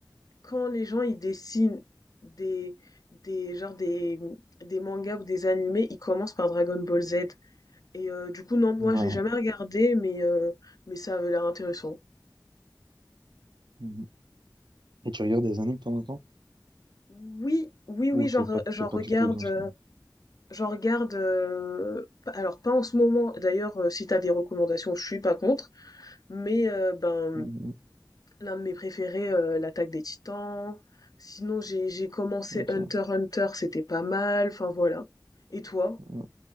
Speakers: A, on the left (about 55°); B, on the right (about 80°).
A: quand les gens, ils dessinent des des genre des, mmh, des mangas ou des animés, ils commencent par Dragon Ball Z et heu, du coup, non, moi,
B: Ouais.
A: j'ai jamais regardé mais heu, mais ça avait l'air intéressant.
B: Mhm. Et tu regardes des animes de temps en temps?
A: Oui, oui, oui,
B: Ou
A: j'en
B: t'es
A: re
B: pas,
A: j'en
B: t'es pas
A: regarde,
B: du tout dans ce monde?
A: J'en regarde, heu, p alors pas en ce moment, d'ailleurs, heu, si t'as des recommandations, je suis pas contre, mais heu, ben,
B: Mhm.
A: l'un de mes préférés, heu, L'attaque des Titans. Sinon j'ai j'ai commencé
B: Ok.
A: Hunter x Hunter, c'était pas mal, enfin voilà. Et toi?
B: Ouais.